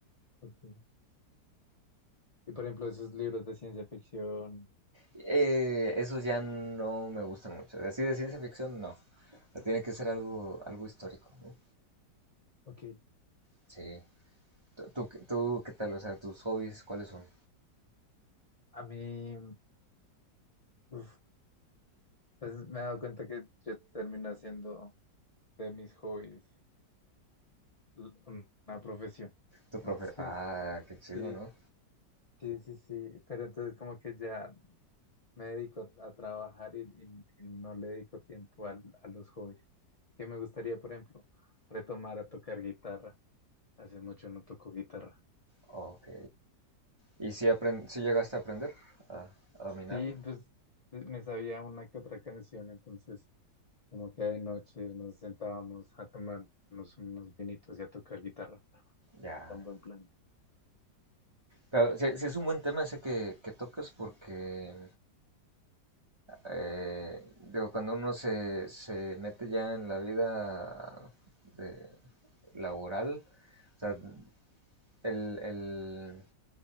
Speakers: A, on the left; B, on the right.
A: ok. Y por ejemplo, esos libros de ciencia ficción.
B: Eh, esos ya no me gustan mucho, así de ciencia ficción no, O sea, tiene que ser algo, algo histórico, ¿no?
A: Ok.
B: Sí. Tú, tú, tú, ¿qué tal? O sea, tus hobbies, ¿cuáles son?
A: A mí, uf, pues me he dado cuenta que yo termino haciendo de mis hobbies. una profesión.
B: Tu profe.
A: Entonces,
B: Ah, qué chido,
A: sí,
B: ¿no?
A: sí, sí, sí, pero entonces como que ya me dedico a, a trabajar y, y- y no le dedico tiempo al- a los hobbies. Que me gustaría, por ejemplo, retomar a tocar guitarra. Hace mucho no toco guitarra.
B: Ok. ¿Y si, apren- si llegaste a aprender a, a dominarlo?
A: Sí, pues me sabía una que otra canción, entonces como que de noche nos sentábamos a tomarnos unos vinitos y a tocar guitarra.
B: Ya.
A: Era un buen plan.
B: Claro, sí, sí es un buen tema ese que, que tocas porque, eh, digo, cuando uno se, se mete ya en la vida de- laboral, o sea, el, el,